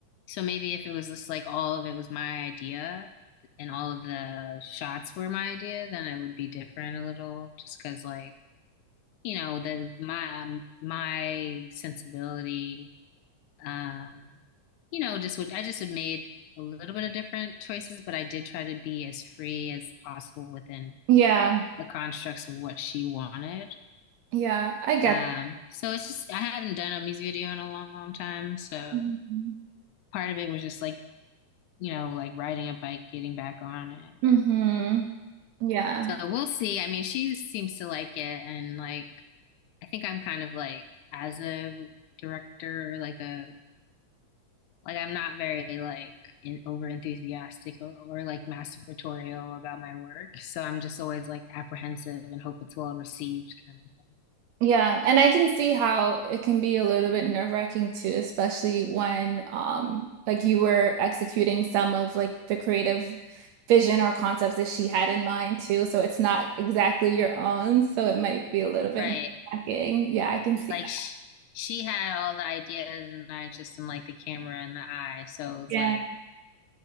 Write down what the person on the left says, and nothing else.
so maybe if it was just like all of it was my idea and all of the shots were my idea, then it would be different a little just 'cause like, you know, the my my sensibility um you know, just would I just would made a little bit of different choices, but I did try to be as free as possible within
the constructs of what she wanted.
Um,
so it's just I haven't done a music video in a long, long time, so
part of it was just like you know, like riding a bike, getting back on it.
So we'll see. I mean, she seems to like it, and like I think I'm kind of like as a director, like a like I'm not very like in, over enthusiastic or, or like masturbatorial about my work. So I'm just always like apprehensive and hope it's well received kind of thing.
Right.
Like
sh she had all the ideas and I just am like the camera and the eye. So it was
like